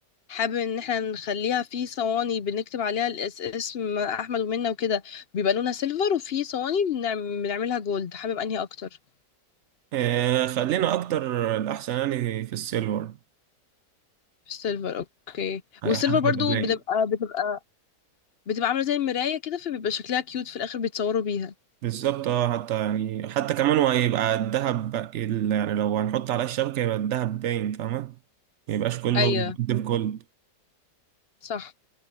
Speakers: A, on the left; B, on the right.
A: حابب ان احنا نخليها في صواني بنكتب عليها الاس- اسم احمد ومنة وكده بيبقى لونها سيلفر وفي صواني بنعم- بنعملها جولد حابب انهي اكتر
B: اه خلينا اكتر الاحسن يعني في السيلفر
A: سيلفر اوكي
B: هيبقى
A: والسيلفر برضو
B: لايق
A: بتبقى بتبقى بتبقى عاملة زي المراية كده فبيبقى شكلها كيوت في الاخر بيتصوروا بيها
B: بالظبط اه حتى يعني حتى كمان هو هيبقى الدهب بق- ال- يعني لو هنحط على الشبكة يبقى الدهب باين فاهمة ميبقاش كله
A: ايوه
B: دب كله
A: صح